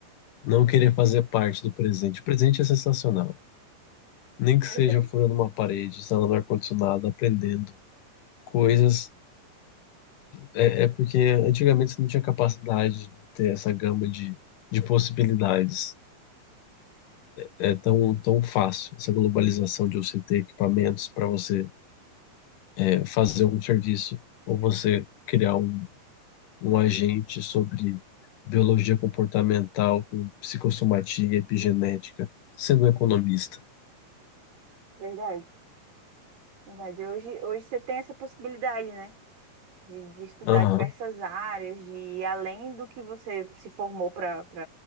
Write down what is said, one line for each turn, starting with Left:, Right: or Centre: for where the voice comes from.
Left: não querer fazer parte do presente. O presente é sensacional. Nem que
Right: é
Left: seja
Right: verdade,
Left: furando uma parede, instalando ar-condicionado, aprendendo coisas. É, é porque antigamente você não tinha capacidade de ter essa gama de, de possibilidades. É tão, tão fácil essa globalização de você ter equipamentos para você é, fazer um serviço ou você criar um um agente sobre biologia comportamental com psicossomatia e epigenética, sendo um economista.
Right: verdade, verdade. Hoje, hoje você tem essa possibilidade, né, de, de estudar
Left: Aham.
Right: diversas áreas, de ir além do que você se formou para